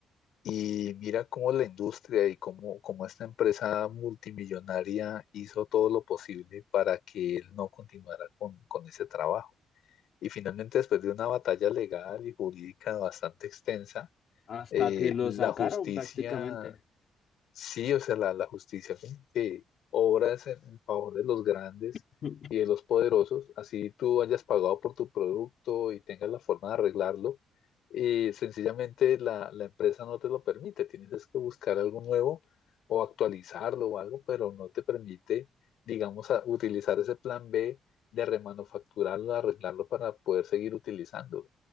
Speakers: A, on the left; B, on the left.
A: Y mira cómo la industria y cómo, cómo esta empresa multimillonaria hizo todo lo posible para que él no continuara con, con ese trabajo. Y finalmente, después de una batalla legal y jurídica bastante extensa,
B: hasta
A: eh,
B: que lo
A: la
B: sacaron
A: justicia
B: prácticamente.
A: Sí, o sea, la, la justicia como que obra es en, en favor de los grandes
B: <laughs>
A: y de los poderosos, así tú hayas pagado por tu producto y tengas la forma de arreglarlo, y sencillamente la, la empresa no te lo permite, tienes es que buscar algo nuevo o actualizarlo o algo, pero no te permite, digamos, a- utilizar ese plan B de remanufacturarlo, arreglarlo para poder seguir utilizándolo.